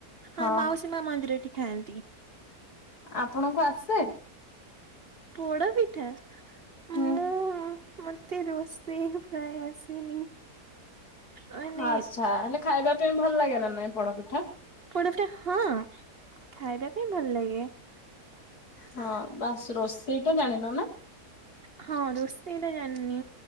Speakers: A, on the left (about 75°); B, on the right (about 45°).
A: ହଁ
B: ଆ ମାଉସୀ ମା ମନ୍ଦିର ଖାଆନ୍ତି,
A: ଆପଣଙ୍କୁ ଆସେ?
B: ପୋଡ଼ ପିଠା? ମୁଁ
A: ହୁଁ,
B: ମତେ ରୋଷେଇ ହି ପ୍ରାୟ ଆସେନି। ମାନେ
A: ଆଛା ହେଲେ ଖାଇବା ପାଇଁ ଭଲ ଲାଗେ ନା ନାଇଁ ପୋଡପିଠା?
B: ପୋଡପଠା ହଁ ଖାଇବା ପାଇଁ ଭଲ ଲାଗେ।
A: ହଁ ବାସ୍ ରୋଷେଇଟା ଜାଣିନ ନା?
B: ହଁ ରୋଷେଇ ଟା ଜାଣିନି।